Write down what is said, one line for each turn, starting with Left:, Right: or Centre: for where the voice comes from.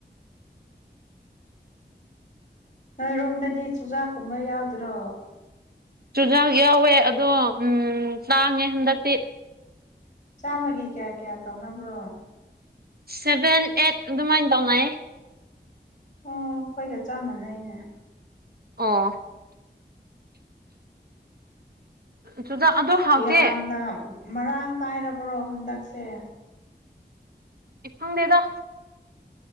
Left: ꯅꯣꯏꯔꯣꯝꯗꯗꯤ ꯆꯨꯖꯥꯛꯀꯨꯝꯕ ꯌꯥꯎꯗ꯭ꯔꯣ
Right: ꯆꯨꯖꯥꯛ ꯌꯥꯎꯋꯦ ꯑꯗꯣ ꯇꯥꯡꯉꯦ ꯍꯟꯗꯛꯇꯤ
Left: ꯆꯥꯃꯒꯤ ꯀꯌꯥ ꯀꯌꯥ ꯇꯧꯅꯕ꯭ꯔꯣ
Right: ꯁꯚꯦꯟ ꯑꯩꯠ ꯑꯗꯨꯃꯥꯏꯅ ꯇꯧꯉꯥꯏ
Left: ꯑꯣ ꯑꯩꯈꯣꯏꯒ ꯆꯞ ꯃꯥꯟꯅꯩꯅꯦ
Right: ꯑꯣ ꯆꯨꯖꯥꯛ ꯑꯗꯨ ꯍꯥꯎꯇꯦ
Left: ꯌꯥꯝꯅ ꯃꯔꯥꯡ ꯀꯥꯏꯔꯕ꯭ꯔꯣ ꯍꯟꯗꯛꯁꯦ
Right: ꯈꯪꯗꯦꯗꯣ